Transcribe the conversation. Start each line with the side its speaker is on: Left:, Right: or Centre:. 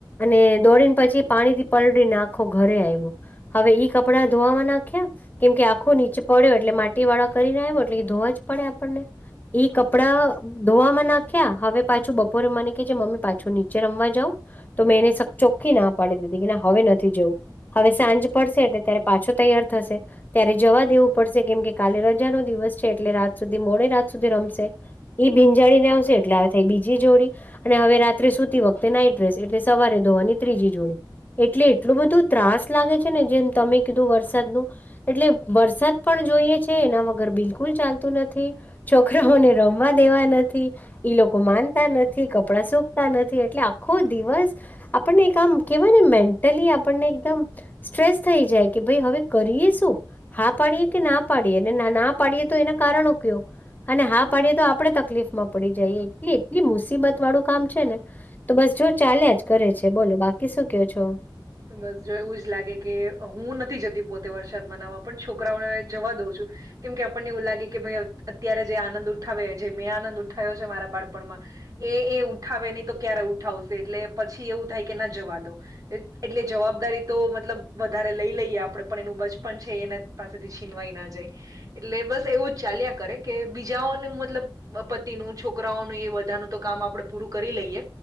Left: અને દોડીને પછી પાણી થી પલળીને આખો ઘરે આયવો હવે ઈ કપડા ધોવામાં નાખ્યા કેમ કે આખો નીચે પડ્યો એટલે માટી વાળા કરીને આવ્યો એટલે ધોવા જ પડે આપણને ઇ કપડાં ધોવામાં નાખ્યા હવે પાછું બપોરે મને કે છે મમ્મી પાછું નીચે રમવા જાવ. તો મેં એને સ ચોખ્ખી ના પાડી દીધી કે ના હવે. નથી જવું હવે સાંજ પડશે એટલે ત્યારે પાછો તૈયાર થશે. ત્યારે જવા દેવું પડશે કેમ કે કાલે રજા નો દિવસ છે એટલે રાત સુધી મોડે રાત સુધી રમશે. ઈ ભીંજાળી ને આવશે એટલે આવે થાય બીજી જોડી. અને હવે રાત્રે સુતી વખતે નાઈટ રેસ એટલે સવારે ધોવાની ત્રીજી જોડી એટલે એટલું બધું ત્રાસ લાગે છે ને જેમ તમે કીધું વરસાદનું એટલે વરસાદ પણ જોઈએ છે એના વગર બિલકુલ ચાલતું નથી. છોકરાઓને રમવા દેવા નથી. ઈ લોકો માનતા નથી, કપડા સુકતા નથી એટલે આખો દિવસ આપણને એ કામ કેવા ને મેન ટલી આપણને એકદમ સ્ટ્રેસ થઈ જાય કે ભઈ હવે કરીએ શું હા પાડીએ કે ના પાડીએ અને ના પાડીએ તો એના કારણો ક્યો અને હા પાડીએ તો આપડે તકલીફ માં પડી જઈ એટલી એટલી મુસીબત વાળું કામ છે ને. તો બસ જો ચાલ્યા જ કરે છે બોલો બાકી શું ક્યો છો?
Right: બસ જો એવું જ લાગે કે હું નથી જતી પોતે વરસાદ માં નાવા પણ છોકરાઓને જવા દઉં છું કેમ કે આપણને એવું લાગે કે ભાઈ અત્યારે જે આનંદ ઉઠાવે જે મેં આનંદ ઉઠાવ્યો છે મારા બાળપણમા એ એ ઉઠાવે નહી તો ક્યારે ઉઠાવશે એટલે પછી એવું થાય કે ના જવા દઉં એટલે જવાબદારી તો મતલબ વધારે લઈ લઈએ આપડે પણ એનું બચપન છે એના પાસેથી છીનવાઈ ના જાય એટલે બસ એવુંજ ચાલ્યા કરે કે બીજાઓને મતલબ પતિનું છોકરાઓનું એ બધાનું તો કામ આપડે પૂરું કરી લઈએ